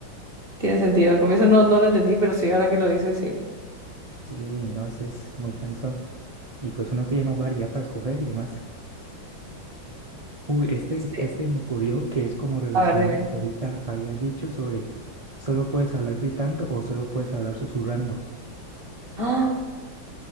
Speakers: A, on the right; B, on the right.
A: tiene sentido. Al comienzo no, no lo entendí, pero sí, ahora que lo dices, sí.
B: Sí, uy, no, eso es muy cansón. Y pues uno tiene más variedad para escoger y demás. Uy, este,
A: Sí.
B: es- este me ocurrió que es como relacionado
A: A ver, dime.
B: a lo que ahorita había dicho sobre solo puedes hablar gritando o solo puedes hablar susurrando.
A: ¡Ah!